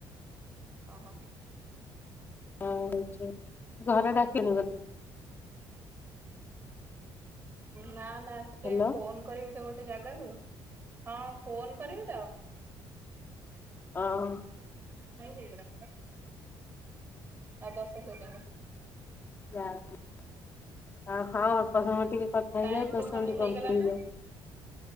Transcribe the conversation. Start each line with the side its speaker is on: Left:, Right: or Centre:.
Right: ଓ ହୋ।
Left: ହଁ ହେଇଛି। ଘରେ ଡାକିଲେଣି?
Right: ନା ନା
Left: ହ୍ୟାଲୋ
Right: ସେ ଫୋନ୍ କରିବି ତ ଗୋଟେ ଜାଗାକୁ ହଁ ଫୋନ୍ କରିବି ତ।
Left: ହଁ।
Right: ଟାଇମ୍ ହେଇଗଲାଣି ଆଉ ଦଶ ସେକଣ୍ଡ।
Left: ଯାହା ହେଉ, ହଁ। ଅଳ୍ପ ସମୟ ଟିକେ କଥା ହେଇଯାଉ,
Right: ଟାଇମ
Left: ଦଶ
Right: ଦେଖନି
Left: ମିନିଟ୍
Right: ହେଇଗଲା
Left: କଂପ୍ଲିଟ୍ ହେଇଯାଉ।
Right: ନା